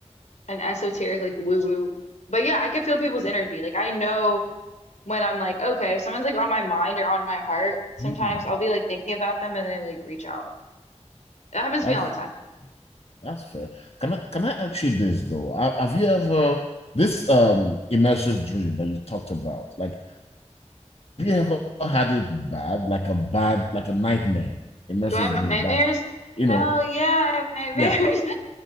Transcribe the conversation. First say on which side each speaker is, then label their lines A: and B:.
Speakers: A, on the left (about 80°); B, on the left (about 55°).
A: an esoteric, like woo woo, but yeah, I could feel people's energy. Like, I know when I'm like, okay, if someone's like on my mind or on my heart, sometimes
B: Hmm.
A: I'll be like thinking about them and they like reach out. It happens
B: That's
A: to me all the time.
B: that's fair. Can I can I ask you this though? Ha- Have you ever this um immersive dream that you talked about? Like, have you ever had it bad, like a bad, like a nightmare immersive
A: Do I have m-
B: dream
A: nightmares?
B: that, you
A: Hell
B: know,
A: yeah, I have nightmares.
B: yeah,
A: <laughs>